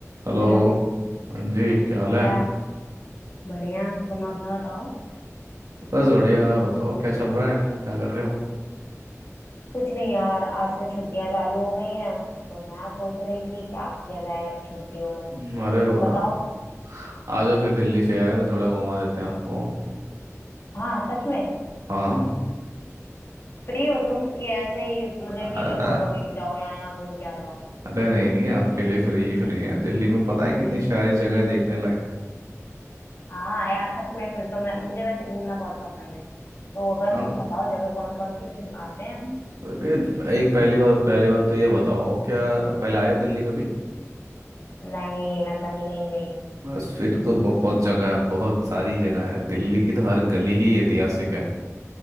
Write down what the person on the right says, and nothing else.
Hello
हाँ जी क्या हाल है
बस बढ़िया आप बताओ क्या चल रहा है क्या कर रहे हो
हम्म,
अरे वाह
आ जाओ फिर दिल्ली शहर थोड़ा घुमा देते हैं आपको
हाँ
आ,
अरे नहीं नहीं आपके लिए फ्री ही फ्री है दिल्ली में पता है
कितनी सारी जगह है देखने लायक
हाँ,
अरे एक पहली बात पहली बात तो ये बताओ क्या पहले आए हो दिल्ली कभी
बस फिर तो बहुत जगह है बहुत सारी जगह है दिल्ली की तो हर गली ही ऐतिहासिक है